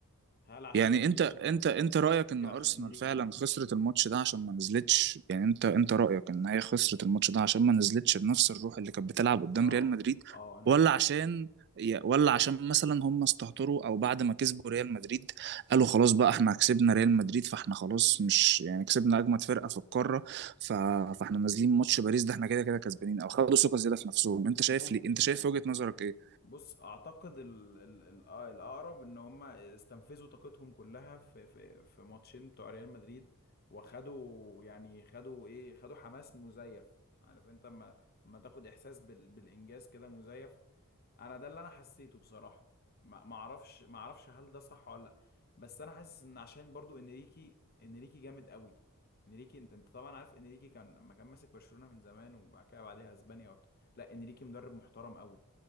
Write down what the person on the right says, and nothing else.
يعني انت
انت انت رايك
ان ارسنال
فعلا خسرت الماتش ده عشان ما نزلتش يعني انت انت رايك ان هي خسرت الماتش ده عشان ما نزلتش بنفس الروح اللي كانت بتلعب قدام
ريال مدريد
ولا
عشان
يا- ولا عشان مثلا هم استهتروا او بعد ما كسبوا ريال مدريد قالوا خلاص بقى احنا كسبنا ريال مدريد فاحنا خلاص مش يعني كسبنا اجمد فرقه في القاره ف... فاحنا نازلين ماتش باريس ده احنا كده كده كسبانين او خدوا ثقه زياده في نفسهم انت شايف
ليه انت شايف
وجهه نظرك ايه؟